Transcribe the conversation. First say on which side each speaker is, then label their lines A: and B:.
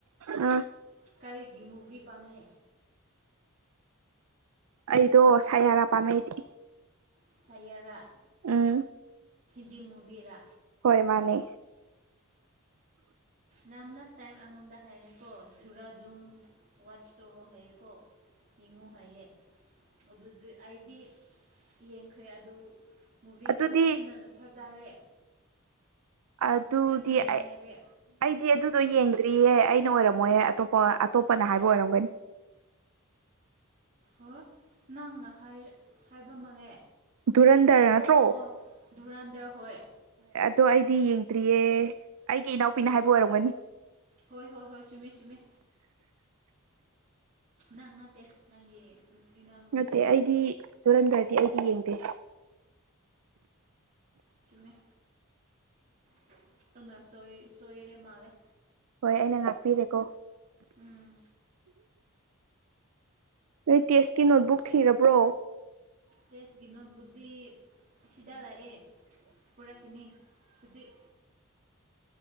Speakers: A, on the right; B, on the right.
A: ꯑ
B: ꯀꯔꯤꯒꯤ ꯃꯨꯚꯤ ꯄꯥꯝꯃꯦ
A: ꯑꯩꯗꯣ ꯁꯌꯥꯔꯥ ꯄꯥꯝꯃꯦ ꯑꯩꯗꯤ
B: ꯁꯌꯥꯔꯥ
A: ꯎꯝ
B: ꯗꯤ ꯃꯨꯕꯤꯔꯥ
A: ꯍꯣꯏ ꯃꯥꯅꯦ <unintelligible>
B: ꯅꯝ ꯂꯥꯁ ꯇꯥꯏꯝ ꯑꯩꯉꯣꯟꯗꯥ ꯍꯥꯏꯔꯦꯀꯣ ꯊꯨꯔꯥ ꯗꯨꯝ ꯋꯥꯁ ꯇꯧꯔꯣ ꯍꯥꯏꯌꯦꯀꯣ ꯌꯦꯡꯉꯨ ꯍꯥꯏꯌꯦ ꯑꯗꯨꯗꯤ ꯑꯩꯗꯤ ꯌꯦꯡꯈ꯭ꯔꯦ ꯑꯗꯨ ꯃꯨꯚꯤꯗꯣ
A: ꯑꯗꯨꯗꯤ
B: ꯌꯥꯝꯅ ꯐꯖꯔꯦ
A: ꯑꯗꯨꯗꯤ
B: ꯌꯥꯝꯅ ꯅꯨꯡꯉꯥꯏꯔꯦ
A: ꯑꯩ ꯑꯩꯗꯤ ꯑꯗꯨ ꯑꯗꯨꯣ ꯌꯦꯡꯗ꯭ꯔꯤꯌꯦꯦ ꯑꯩꯅ ꯑꯣꯏꯔꯝꯃꯣꯍꯦ ꯑꯇꯣꯞꯄ ꯑꯇꯣꯞꯄꯅ ꯍꯥꯏꯕ ꯑꯣꯏꯔꯝꯒꯅꯤ <inaudible>
B: ꯍꯣꯏ ꯅꯪꯅ ꯍꯥꯏ ꯍꯥꯏꯕ ꯃꯥꯜꯂꯦ
A: ꯙꯨꯔꯟꯗꯔ ꯅꯠꯇ꯭ꯔꯣ
B: ꯑꯣ ꯑꯣ ꯑꯣ ꯙꯨꯔꯥꯟꯗꯦ ꯍꯣꯏ
A: ꯗꯣ ꯑꯩꯗꯤ ꯌꯦꯡꯗ꯭ꯔꯤꯌꯦ ꯑꯩꯒꯤ ꯏꯅꯥꯎꯄꯤꯅ
B: ꯑꯣ
A: ꯍꯥꯏꯕ ꯑꯣꯏꯔꯝꯒꯅꯤ
B: ꯍꯣꯏ ꯍꯣꯏ ꯍꯣꯏ ꯆꯨꯝꯃꯦ ꯆꯨꯝꯃꯦ ꯅꯪ ꯅꯠꯇꯦ ꯅꯪꯒꯤ ꯏꯅꯥꯎꯅꯨꯄꯤꯅ
A: ꯅꯠꯇꯦ
B: ꯍꯥꯏꯌꯦ
A: ꯑꯩꯗꯤ ꯇꯨꯔꯟꯗꯔꯗꯤ ꯑꯩꯗꯤ ꯌꯦꯡꯗꯦ
B: ꯆꯨꯨꯝꯃꯦ <unintelligible> ꯁꯣꯏ ꯁꯣꯏꯔꯦ ꯃꯥꯂꯦ
A: ꯍꯣꯏ ꯑꯩꯅ ꯉꯥꯛꯄꯤꯔꯦꯀꯣ
B: ꯎꯝ
A: ꯅꯣꯏ ꯇꯦꯁꯀꯤ ꯅꯣꯠꯕꯨꯛ ꯊꯤꯔꯕ꯭ꯔꯣ
B: ꯇꯦꯁꯒꯤ ꯅꯣꯠ ꯕꯨꯛꯇꯤ ꯁꯤꯗ ꯂꯩꯌꯦ ꯄꯨꯔꯛ ꯀꯅꯤ ꯍꯧꯖꯤꯛ